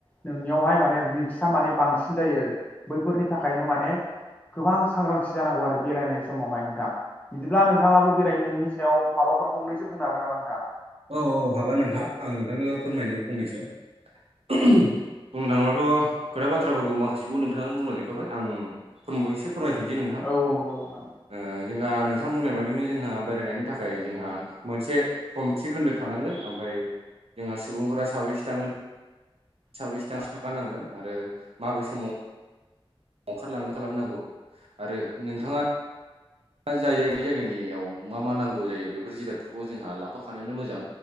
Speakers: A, on the left; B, on the right.
A: नोंनियावहाय माने रिक्सआ माने बांसिन जायो आरो बैफोरनि थाखायनो माने गोबां सांग्रांथि जानांगौ आरो बेरायनाय समावहाय नोंथां। बिदिब्ला नोंथांङाबो बेरायनायनि सायाव माबाफोर फंनैसो बुंनो हागोन नामा नोंथां?
B: औ औ हागोन नोंथां
A: अ औ
B: आं नोंथांनो फोरमायनो फंनैसो बुंनो थांङोबथ' खोथा बाथ्राफोरखौ माखासेखौ नोंथांङा बुंलांजोबखाबाय आं फोमबो एसे फोरमायफिनसै नोंथां
A: औ नंगौ नंगौ नोंथां
B: ओ जेनबा थां बुंनाय बादिनो जोंहा बेरायनायनि थाखाय जोंहा मोनसे खम थि खोन्दो थानांगोन ओमफाय जोंहा सुबुंफोरा साबैसे थागोन साबेसे <unintelligible> नांगोन आरो माबे समाव ओंखारलांगो खालामनांगौ आरो नोंथांङा या जायै बै जायगानियाव मा मा नांगौ जायो बेफोर जिरादफोरखौ जोंहा लाफाखानायानो मोजां।